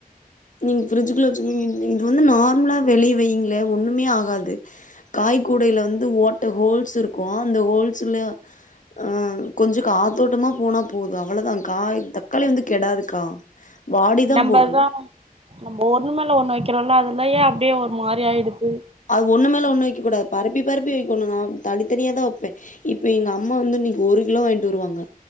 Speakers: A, on the left; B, on the right.
A: நீங்க ஃப்ரிஜுக்குள்ள வச்சுகுவிங்க இது வந்து நார்மலா வெளிய வைங்களே ஒண்ணுமே ஆகாது. காய்கூடையில வந்து ஓட்ட ஹோல்ஸிருக்கு அந்த ஹோல்ஸ்ல ஆஹ் கொஞ்சொம் காத்தோட்டமா போனா போதும் அவ்ளோதா காய் தக்காளி வந்து கெடாதுக்கா வாடிதான்
B: நம்பதா
A: போகும்
B: நம்ம ஒண்ணு மேல ஒண்ணு வக்றோம்ல அதுலயே அப்டியே ஒரு மாரி ஆயிடுது.
A: அது ஒண்ணு மேல ஒண்ணு வக்கக் கூடாது. பரப்பி பரப்பி வக்கணும். நா தனித்தனியா தான் வப்பேன். இப்ப எங்க அம்மா வந்து இன்னைக்கு ஒரு கிலோ வாய்ங்ட்டு வருவாங்க.